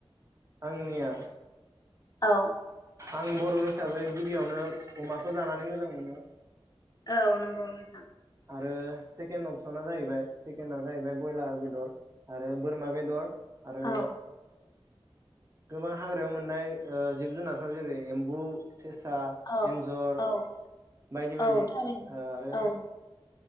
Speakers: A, on the right (about 30°); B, on the left (about 40°).
A: आंनिया
B: औ
A: आं बर' हिसाबै गिबियावनो अमाखौ जानानै मोजां मोनो।
B: औ नंगौ नोंथां।
A: आरो सेकेणड अपसना जाहैबाय सेकेणडआ जाहैबाय बयलार बेदर आरो बोरमा बेदर। आरो
B: औ
A: गोबां हाग्रायाव मोननाय ओ जिब जुनारफोर जेरै एम्बु सेसा
B: औ
A: एन्जर
B: औ
A: बायदि बायदि
B: औ
A: ओ
B: थारैनो
A: आरो
B: औ